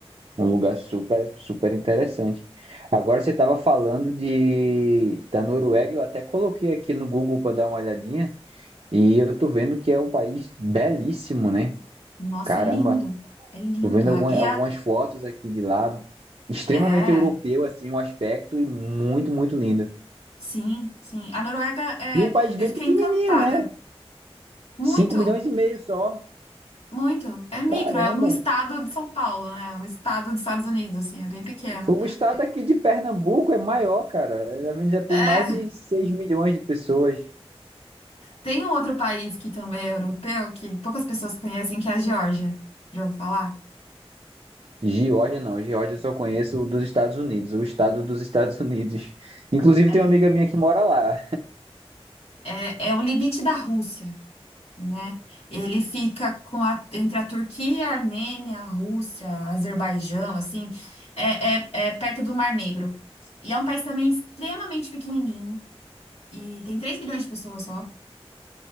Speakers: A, on the right (about 60°); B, on the left (about 70°).
A: um lugar super, super interessante. Agora você tava falando de da Noruega, eu até coloquei aqui no Google pra dar uma olhadinha. E eu tô vendo que é um país belíssimo, né?
B: Nossa,
A: Caramba,
B: é lindo. É lindo.
A: tô vendo alguma-
B: A- E
A: algumas
B: a.
A: fotos aqui de lá, extremamente
B: É,
A: europeu, assim, um aspecto e muito, muito lindo.
B: sim, sim. A Noruega é.
A: E um país bem
B: Eu fiquei
A: pequenininho,
B: encantada.
A: né?
B: Muito,
A: 5 milhões e meio só.
B: muito. É micro,
A: Caramba,
B: é um estado de São Paulo, né? Um estado dos Estados Unidos, assim, é bem pequeno.
A: o estado aqui de Pernambuco é maior, cara. A gente já tem
B: É,
A: mais de 6 milhões de pessoas.
B: tem um outro país que também é europeu, que poucas pessoas conhecem, que é a Geórgia. Já ouviu falar?
A: Geórgia não, Geórgia eu só conheço o dos Estados Unidos, o estado dos Estados Unidos. Inclusive
B: É.
A: tem uma amiga minha que mora lá.
B: É, é o limite da Rússia, né? Ele fica com a- entre a Turquia, a Armênia, a Rússia, Azerbaijão, assim, é, é- é perto do Mar Negro. E é um país também extremamente pequenininho, e tem 3 bilhões de pessoas só.